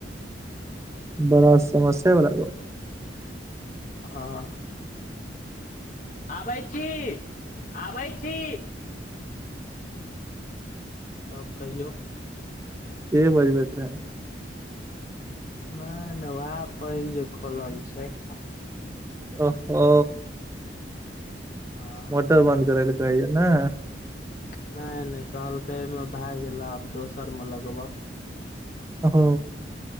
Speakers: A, on the left; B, on the right.
A: <inaudible>
B: बड़ा समस्या बला गप्प।
A: हाँ। आबै छी आबै छी। तब कहियौ।
B: केँ बजबैत रहै।
A: नहि नहि उएह पैन जे खोलल छैय।
B: ओहो।
A: हँ
B: मोटर बन्द करैले कहैयै नै
A: नहि नहि कहलकै ए मे भए गेलऽ आब दोसरमे लगबऽ।
B: अ ह।